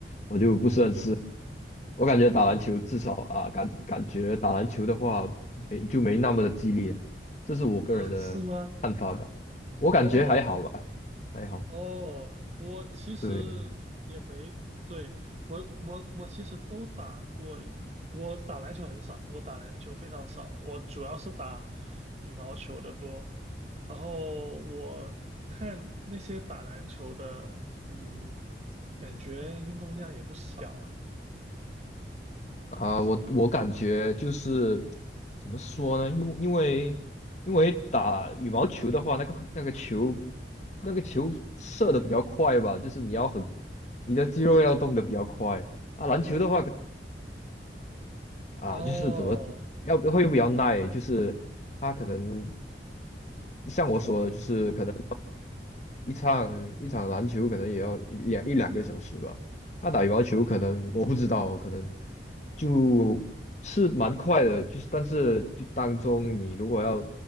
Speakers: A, on the left (about 40°); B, on the right (about 35°).
A: 我就不是很吃。
B: 哦
A: 我感觉打篮球至少啊、
B: 哦
A: 感感觉打篮球的话没就没那么的激烈，这是我个人的看法吧。
B: 啊，是吗？
A: 我感觉还好吧，
B: 哦
A: 还好。
B: 哦，我其实
A: 对。
B: 也没，对，我我我其实都打过，我打篮球很少，我打篮球非常少，我主要是打羽毛球的多。然后我看那些打篮球的，嗯，感觉运动量也不小啊。
A: 啊、
B: 是吧？
A: 我我感觉就是怎么说呢？因为因为因为打羽毛球的话，那个那个球那个球射的比较快吧，就是你要很你的肌肉要动的比较快啊。
B: 哦
A: 篮球的话啊，
B: 哦
A: 就是怎么要会比较耐，就是它可能像我说的，
B: 哦
A: 就是。可能。一场一场篮球可能也要一两一两个小时吧。那打羽毛球可能我不知道，可能就是蛮快的，就是但是就当中你如果要